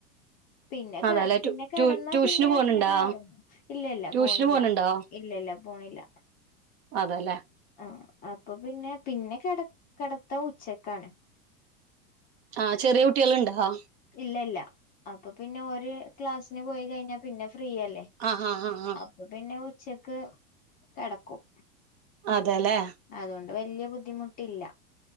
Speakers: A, on the left; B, on the right.
A: പിന്നെ കെ
B: അതെല്ലേ
A: പിന്നെ
B: ടു
A: കെടന്നാ
B: ടു ട്യൂഷന്
A: പിന്നെ
B: പോണുണ്ടോ
A: അങ്ങനെഒർങ്ങും ഇല്ലില്ല
B: ട്യൂഷന്
A: പോണില്ല
B: പോണുണ്ടോ
A: ഇല്ലല്ല പോണില്ല
B: അതെല്ലേ
A: ആ അപ്പൊ പിന്നെ പിന്നെ കെട കെടത്തം ഉച്ചക്കാണ്
B: ആ ചെറിയ കുട്ട്യാള്ണ്ടോ
A: ഇല്ലല്ല അപ്പൊ പിന്നെ ഓര് ക്ലാസിന് പോയി കഴിഞ്ഞാ പിന്നെ ഫ്രീ അല്ലേ
B: ആ ആ ആ ആ
A: പ്പ പിന്നെ ഉച്ചക്ക് കെടക്കും
B: അതെല്ലേ
A: അതുകൊണ്ട് വലിയ ബുദ്ധിമുട്ടില്ല